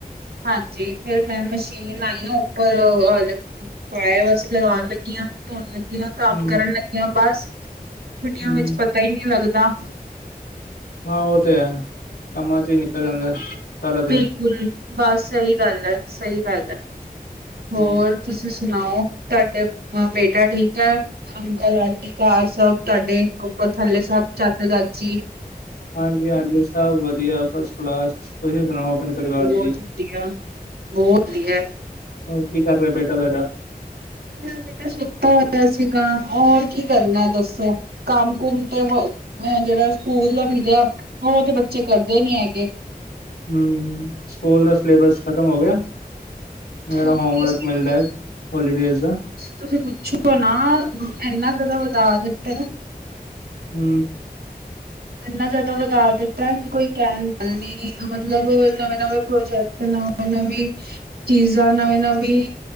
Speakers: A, on the right (about 85°); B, on the left (about 90°).
A: ਹਾਂਜੀ, ਫਿਰ ਮੈਂ ਮਸ਼ੀਨ ਆਈ ਆ ਉੱਪਰ- ਪਾਇਆ ਵਸ ਲਗਾਉਣ ਲੱਗੀਆਂ, ਧੋਣ ਲੱਗੀਆਂ। ਕੰਮ
B: ਹੂੰ
A: ਕਰਨ ਲੱਗੀਆਂ ਬਸ ਛੁੱਟੀਆਂ
B: ਹੂੰ
A: ਵਿੱਚ ਪਤਾ ਹੀ ਨਹੀਂ ਲੱਗਦਾ।
B: ਹਾਂ ਉਹ ਤੇ ਹੈ। ਕੰਮਾਂ'ਚ ਹੀ ਨਿਕਲ ਜਾਂਦਾ। ਸਾਰਾ
A: ਬਿਲਕੁਲ
B: ਦਿਨ
A: ਬਸ ਸਹੀ ਗੱਲ ਹੈ, ਸਹੀ ਗੱਲ ਹੈ ਹੋਰ।
B: ਹੂੰ
A: ਤੁਸੀਂ ਸੁਣਾਓ, ਤੁਹਾਡੇ ਅ ਬੇਟਾ ਠੀਕ ਹੈ। ਅੰਕਲ-ਆਂਟੀ ਘਰ ਸਭ ਤੁਹਾਡੇ ਉੱਪਰ-ਥੱਲੇ ਸਭ ਚਾਚਾ-ਚਾਚੀ।
B: ਹਾਂਜੀ-ਹਾਂਜੀ ਸਭ ਵਧੀਆ ਫਸਟ ਕਲਾਸ। ਤੁਸੀਂ ਸੁਣਾਓ ਆਪਣੇ ਪਰਿਵਾਰ
A: ਬਹੁਤ
B: ਦੀ।
A: ਵਧੀਆ ਬਹੁਤ ਵਧੀਆ
B: ਹੋਰ ਕੀ ਕਰ ਰਿਹਾ ਬੇਟਾ ਤੁਹਾਡਾ?
A: ਮੇਰਾ ਬੇਟਾ ਸੁੱਤਾ ਹੋਇਆ ਸੀਗਾ ਹੋਰ ਕੀ ਕਰਨਾ ਦੱਸੋ ਕੰਮ-ਕੁਮ ਤੇ ਹੋ ਹੈਂ ਜਿਹੜਾ ਸਕੂਲ ਦਾ ਮਿਲਿਆ, ਉਹ ਤੇ ਬੱਚੇ ਕਰਦੇ ਨੀ ਹੈਗੇ।
B: ਹਮ, ਸਕੂਲ ਦਾ ਸਲੇਬਸ ਖ਼ਤਮ ਹੋ ਗਿਆ? ਜਿਹੜਾ
A: ਸਕੂਲ
B: ਹੋਮਵਰਕ ਮਿਲਦਾ ਹੈ ਹੋਲੀਡੇਜ਼ ਦਾ।
A: ਤੁਸੀਂ ਪੁੱਛੋ ਨਾ ਇਹਨਾਂ ਜ਼ਿਆਦਾ ਵਧਾ ਦਿੱਤਾ।
B: ਹੁੰ
A: ਇੰਨਾ ਜ਼ਿਆਦਾ ਵਧਾ ਦਿੱਤਾ ਕਿ ਕੋਈ ਕਹਿਣ ਦੀ ਗੱਲ ਨਹੀਂ। ਮਤਲਬ ਨਵੇਂ-ਨਵੇਂ ਪ੍ਰੋਜੈਕਟ ਨਵੇਂ-ਨਵੀਂ ਚੀਜ਼ਾਂ ਨਵੀਂ -ਨਵੀਂ